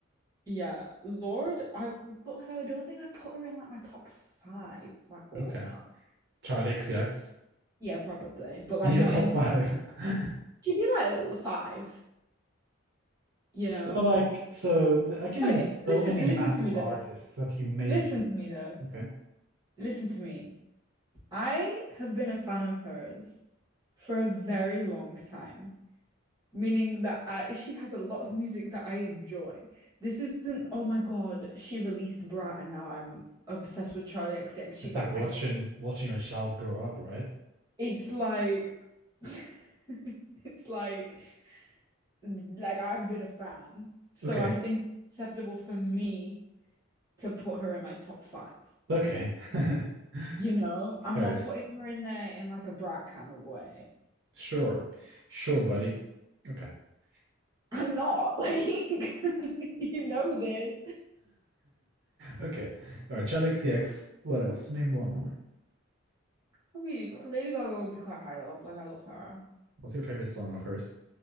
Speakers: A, on the right; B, on the right.
A: Yeah, Lord, I but like I don't think I'd put her in like my top five, like all
B: Okay.
A: time.
B: Charlie XCX.
A: Yeah, probably,
B: <laughs>
A: but like
B: Your
A: not
B: top
A: in.
B: five. <laughs>
A: She'd be like little five, you
B: So
A: know.
B: like so th- I can name
A: Okay,
B: so
A: listen,
B: many
A: listen
B: massive
A: to me though.
B: artists that you may
A: Listen to me though.
B: okay.
A: Listen to me. I have been a fan of hers for a very long time, meaning that I, she has a lot of music that I enjoy. This isn't, oh my God, she released Brat and now I'm obsessed with Charlie XCX. She's
B: It's
A: like
B: like
A: my
B: watching
A: favorite.
B: watching your child grow up, right?
A: It's like <laughs> it's like like I've been a fan, so
B: Okay.
A: I think it's acceptable for me to put her in my top five.
B: Okay. <laughs>
A: You know, I'm
B: Paris.
A: not putting her in there in like a brat kind of way.
B: Sure. Sure, buddy. Okay. <laughs>
A: I'm not <laughs> like <laughs> you know this.
B: Okay. All right, Charlie XCX. What else? Name one more.
A: Probably Lady Gaga would be quite high up. Like I love her.
B: What's your favorite song of hers?